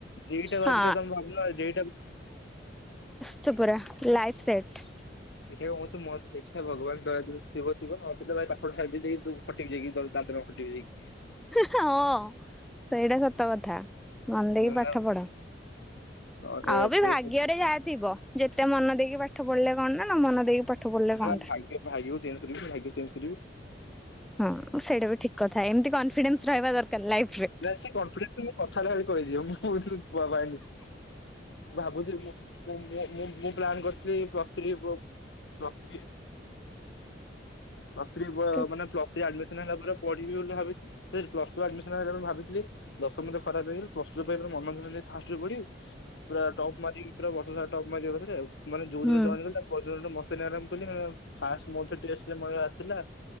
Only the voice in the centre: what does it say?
ହଁ
ସୁ ପୁରା ଲାଇଫ୍ ସେଟ୍।
ହଁ ସେଇଟା ସତ କଥା, ମନ ଦେଇକି
ପାଠ ପଢ।
ଆଉ
ବି
ଭାଗ୍ୟରେ
ଯାହା ଥିବ, ଯେତେ ମନ ଦେଇକି ପାଠ ପଢିଲେ କଣ ନା ନା ମନ ଦେଇକି ପଢିଲେ
କଣଟା।
ହଁ ସେଇଟା ବି ଠିକ କଥା, ଏମିତି କନଫିଡେନ୍ସ ରହିବା ଦରକାର। ଲାଇଫ୍ ରେ।
ହୁଁ
ହୁଁ।